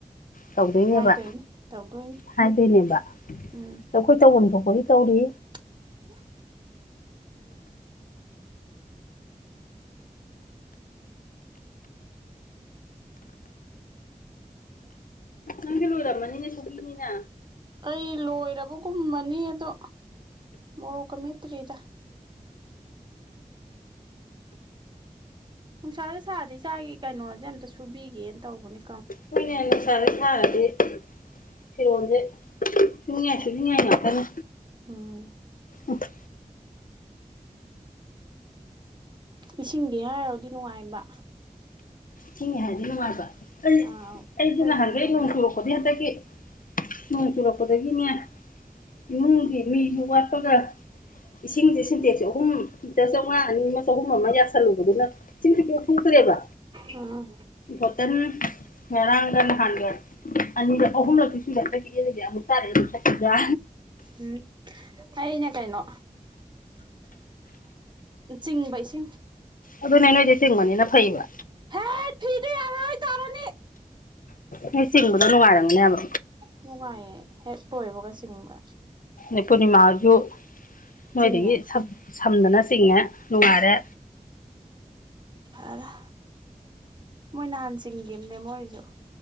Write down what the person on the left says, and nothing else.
ꯇꯧꯗꯣꯏꯅꯦꯕ
ꯍꯥꯏꯗꯣꯏꯅꯦꯕ ꯑꯗꯣ
ꯑꯩꯈꯣꯏ ꯇꯧꯐꯝ ꯊꯣꯛ ꯔꯤ ꯇꯧꯔꯤ
ꯅꯪꯒꯤ ꯂꯣꯏꯨꯔꯝꯃꯅꯤꯅꯦ ꯁꯣꯛꯅꯤꯅ
ꯃꯣꯏꯅꯦ ꯁꯥꯔꯦ ꯁꯥꯔꯗꯤ ꯐꯤꯔꯣꯜꯁꯦ ꯁꯨꯡꯌꯥ ꯁꯤꯃꯤ ꯌꯥꯇꯅ
ꯑꯣꯐ
ꯊꯤꯡꯉꯦ ꯍꯥꯏꯔꯗꯤ ꯅꯨꯡꯉꯥꯏꯕ ꯑꯩ
ꯑꯩꯗꯤ ꯅꯍꯪꯒꯦ
ꯅꯣꯡꯁꯨ ꯂꯣꯗꯤ ꯍꯥꯏ ꯇꯒꯤ ꯅꯣꯡ ꯆꯨꯔꯛꯄꯗꯒꯤꯅꯦ ꯏꯃꯨꯡꯒꯤ ꯃꯤꯁꯨ ꯋꯥꯠꯄꯒ ꯏꯁꯤꯡꯁꯦ ꯁꯦꯟꯗꯦꯛꯁꯦ ꯑꯍꯨꯝ ꯆꯉ ꯃ ꯍꯨꯝꯃꯒꯤ ꯆꯜꯂꯨꯕꯗꯨꯅ ꯆꯤꯡꯁꯨ ꯀꯦ ꯐꯨꯗ꯭ꯔꯦꯕ
ꯍꯣꯇꯦꯜ ꯉꯔꯥꯡꯒꯅ ꯍꯥꯟꯒꯦ ꯑꯅꯤꯔꯛ ꯑꯍꯨꯝꯂꯛꯇꯤ ꯁꯨꯅ ꯆꯈꯤꯑꯂꯗꯤ ꯑꯃꯨꯛ ꯇꯥꯔꯛꯑꯦ ꯑꯗꯨ ꯆꯠꯈꯤꯗ꯭ꯔ
ꯑꯗꯨꯅꯦ ꯅꯣꯏꯗꯤ ꯆꯤꯡꯕꯅꯤꯅ ꯐꯩꯕ
ꯅꯣꯏ ꯆꯤꯡꯕꯗꯣ ꯅꯨꯡꯉꯥꯏꯔꯝꯒꯅꯦꯕ
ꯑ ꯄꯨꯅꯤꯃꯁꯨ ꯃꯣꯏ
ꯂꯩꯗꯒꯤ ꯁ ꯁꯝꯗꯅ ꯆꯤꯡꯉꯦ ꯅꯨꯡꯉꯔꯦ